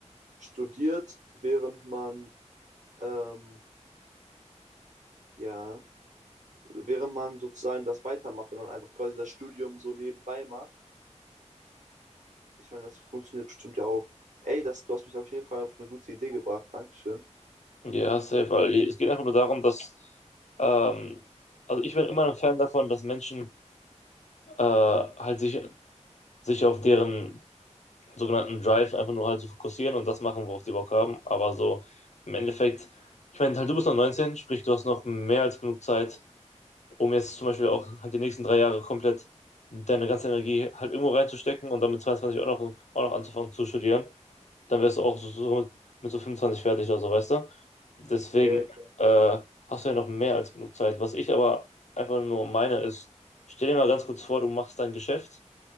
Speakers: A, on the right; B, on the left.
A: studiert, während man, ähm, ja, während man sozusagen das weitermacht und dann einfach quasi das Studium so nebenbei macht. Ich meine, das funktioniert bestimmt ja auch. Ey, das, du hast mich auf jeden Fall auf eine gute Idee gebracht. Dankeschön.
B: Ja, safe, weil es geht einfach nur darum, dass, ähm, also ich bin immer ein Fan davon, dass Menschen äh, halt sich, sich auf deren sogenannten Drive einfach nur halt so fokussieren und das machen, worauf die Bock haben. Aber so im Endeffekt, ich meine, halt du bist noch 19, sprich, du hast noch mehr als genug Zeit, um jetzt zum Beispiel auch halt die nächsten drei Jahre komplett deine ganze Energie halt irgendwo reinzustecken und dann mit 22 auch noch, auch noch anzufangen zu studieren. dann wärst du auch so, so mit so 25 fertig oder so, weißt du? Deswegen
A: Ja, ja, klar.
B: äh, hast du ja noch mehr als genug Zeit. Was ich aber einfach nur meine ist, stell dir mal ganz kurz vor, du machst dein Geschäft,